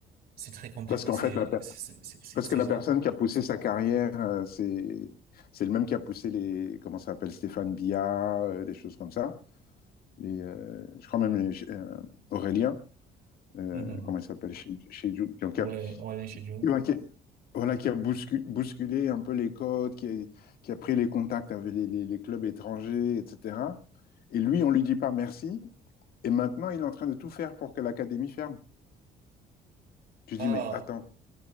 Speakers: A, on the right; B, on the left.
A: C'est très compliqué,
B: Parce qu'en
A: c'est,
B: fait, la per-
A: c'est, c'est, c'est,
B: parce
A: c'est
B: que la
A: genre,
B: personne qui a poussé sa carrière, euh, c'est c'est le même qui a poussé les, comment ça s'appelle, Stéphane Bia, euh, des choses comme ça. Les, euh, je crois même les- euh, Aurélien, euh,
A: mhm.
B: comment il s'appelle, chez, chez Ju- qui, qui
A: Ouais,
B: a,
A: ouais, chez Dieu.
B: voilà, qui a voilà, qui a bouscu- bousculé un peu les codes, qui a, qui a pris les contacts avec les, les- les clubs étrangers, etc. Et lui, on lui dit pas merci. Et maintenant, il est en train de tout faire pour que l'académie ferme. Tu
A: Ah,
B: dis, mais attends.